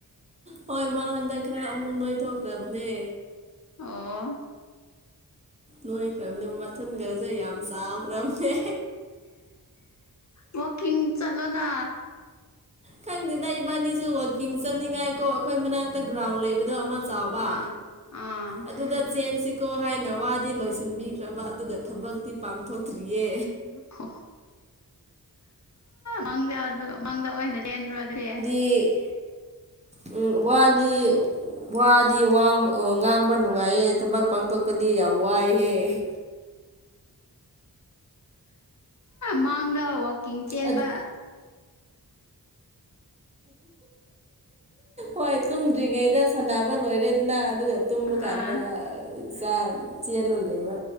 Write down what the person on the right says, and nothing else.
ꯍꯣꯏ ꯃꯥ ꯍꯟꯗꯛ ꯈꯔ ꯑꯃꯨꯛ ꯅꯣꯏꯊꯣꯛꯈꯔꯕꯅꯦ
ꯅꯣꯏꯈ꯭ꯔꯝꯅꯦ ꯃꯊꯨꯟꯒꯥꯖꯦ ꯌꯥꯝ ꯆꯥꯎꯈ꯭ꯔꯝꯅꯦ
ꯈꯪꯗꯦꯗ ꯏꯕꯥꯅꯤꯁꯨ ꯋꯥꯛꯀꯤꯡ ꯆꯠꯅꯤꯡꯉꯥꯏ ꯀꯣ ꯑꯈꯣꯏ ꯃꯅꯥꯛꯇ ꯒ꯭ꯔꯥꯎꯟ ꯂꯩꯕꯗꯣ ꯑꯃ ꯆꯥꯎꯕ
ꯑꯗꯨꯗ ꯆꯦꯟꯁꯤ ꯀꯣ ꯍꯥꯏꯅ ꯋꯥꯗꯤ ꯂꯣꯏꯁꯤꯟꯕꯤꯈ꯭ꯔꯕ ꯑꯗꯨꯒ ꯊꯕꯛꯇꯤ ꯄꯥꯡꯊꯣꯛꯇ꯭ꯔꯤꯌꯦ
ꯏ ꯎꯝ ꯋꯥꯗꯤ ꯋꯥꯗꯤ ꯋꯥꯝ ꯑꯣ ꯉꯥꯡꯕ ꯅꯨꯡꯉꯥꯏꯌꯦ ꯊꯕꯛ ꯄꯥꯡꯊꯣꯛꯄꯗꯤ ꯌꯥꯝ ꯋꯥꯏꯍꯦ
ꯑꯗꯨ ꯍꯣꯏ ꯇꯨꯝꯗ꯭ꯔꯤꯉꯩꯗ ꯁꯥꯅꯕ ꯂꯣꯏꯔꯦꯗꯅ ꯑꯗꯨꯒ ꯇꯨꯝꯕꯀꯥꯟꯗ
ꯆꯥꯟ ꯆꯦꯜꯂ ꯂꯩꯩꯕ